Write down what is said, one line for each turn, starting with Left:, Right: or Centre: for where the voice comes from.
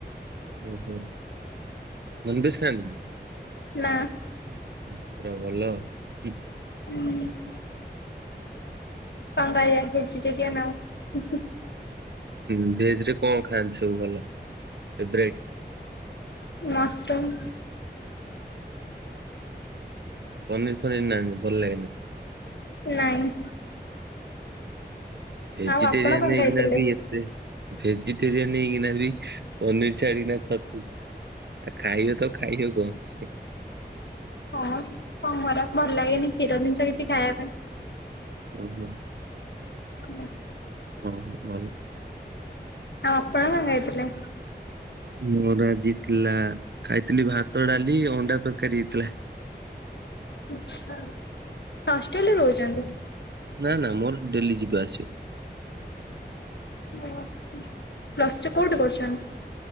Right: ଉଁ ହୁଁ ନନଭେଜ୍ ଖାଆନ୍ତିନି।
Left: ନାଁ।
Right: ଆ ପୁରା ଭଲ ହୁଁ।
Left: ହୁଁ ଉଁ। କଣ କରିବା ଭେଜି ଟେରିଆନ ଆଉ।
Right: ହୁଁ ଭେଜ ରେ କଣ ଖାଆନ୍ତି ସବୁ ଭଲ ଫେବେରାଇଟ।
Left: ମଶ୍ରୁମ୍।
Right: ପନିର୍ ଫନିର ନା ନ ଭଲ ଲାଗେନି।
Left: ନାଇଁ।
Right: ଭେଜିଟେରିୟାନ
Left: ଆଉ ଆପଣ କଣ
Right: ହେଇକିନା
Left: ଖାଇଥିଲେ?
Right: ବି ଏତେ ଭେଜିଟେରିୟନ ହେଇକିନା ବି ପନିର ଛାଡିକିନା ଛତୁ। ଆ ଖାଇବେ ତ ଖାଇବ କଣ।
Left: ହଁ ସେମି କଣ କରା ଭଲ ଲାଗେନି କ୍ଷୀର ଜିନିଷ କିଛି ଖାଇବା ପାଇଁ।
Right: ଓ ହୋ।
Left: ହୁଁ।
Right: ହଁ ଭଲ।
Left: ଆଉ ଆପଣ ଖାଇଥିଲେ।
Right: ମୋର ଆଜି ହେଥିଲା ଖାଇଥିଲି ଭାତ ଡାଲି ଅଣ୍ଡା ତରକାରୀ ହେଇଥିଲା।
Left: ଆଛା ହଷ୍ଟେଲରେ ରହୁଛନ୍ତି।
Right: ନା ନା ମୋର ଡେଲି ଯିବା ଆସିବା।
Left: ଓଃ ପ୍ଲସ ଟୁ କୋଉଠି କରୁଚନ୍ତି।